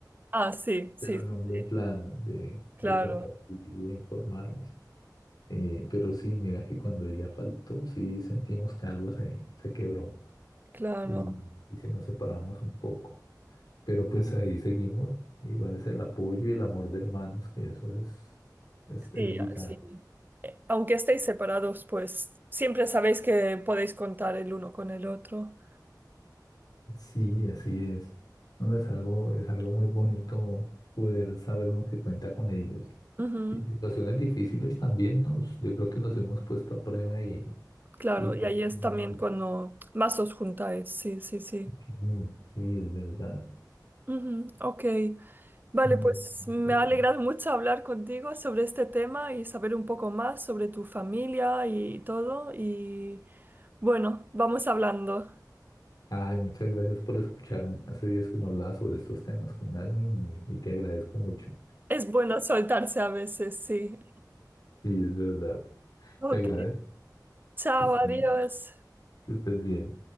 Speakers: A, on the right (about 25°); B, on the left (about 65°).
A: Ah, sí, sí,
B: pero en
A: sí,
B: un buen plan de,
A: claro,
B: de compartir y de informarnos. Eh, pero sí, mira que cuando ella faltó, sí sentimos que algo se, se quebró
A: claro.
B: y, y sí nos separamos un poco. Pero pues ahí seguimos. Igual es el apoyo y el amor de hermanos, que eso es, es,
A: Sí,
B: es vital.
A: ah, sí. Eh, Aunque estéis separados, pues siempre sabéis que podéis contar el uno con el otro.
B: Sí, así es. No, es algo, es algo muy bonito poder saber uno que cuenta con ellos.
A: Ujú,
B: Y en situaciones difíciles también nos, yo creo que nos hemos puesto a prueba y,
A: Claro,
B: y pues,
A: y ahí es
B: amor.
A: también cuando más os juntáis, sí, sí, sí.
B: Sí, sí, es verdad.
A: Ujú, Ok, Vale,
B: No,
A: pues
B: es importante.
A: me ha alegrado mucho hablar contigo sobre este tema y saber un poco más sobre tu familia y todo. Y bueno, vamos hablando.
B: Ay, muchas gracias por escucharme. Hace días que no hablaba sobre estos temas con alguien y, y te agradezco mucho.
A: Es bueno soltarse a veces, sí.
B: Sí, es verdad.
A: Ok,
B: Te agradezco.
A: chao,
B: Está-
A: adiós.
B: Que estés bien.